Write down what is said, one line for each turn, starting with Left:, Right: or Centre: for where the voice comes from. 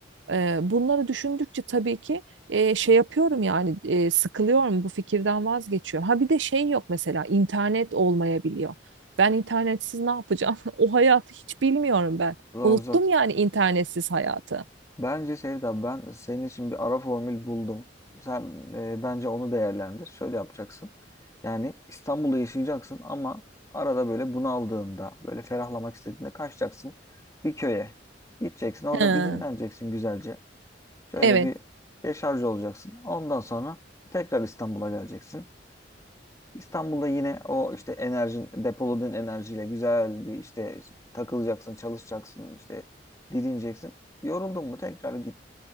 Right: Ee, bunları düşündükçe tabii ki e, şey yapıyorum yani e, sıkılıyorum bu fikirden vazgeçiyorum. Ha bir de şey yok mesela internet olmayabiliyor. Ben internetsiz ne yapacağım? <laughs> O hayatı hiç bilmiyorum ben.
Left: Zor
Right: Unuttum
Left: zor.
Right: yani internetsiz hayatı.
Left: Bence Sevda ben senin için bir ara formül buldum. Sen e, bence onu değerlendir. Şöyle yapacaksın. Yani İstanbul'da yaşayacaksın ama arada böyle bunaldığında, böyle ferahlamak istediğinde kaçacaksın bir köye. Gideceksin orada
Right: Ha,
Left: bir dinleneceksin güzelce. Şöyle
Right: evet.
Left: bir deşarj olacaksın. Ondan sonra tekrar İstanbul'a geleceksin. İstanbul'da yine o işte enerjin, depoladığın enerjiyle güzel bir işte takılacaksın, çalışacaksın, işte didineceksin. Yoruldun mu tekrar git.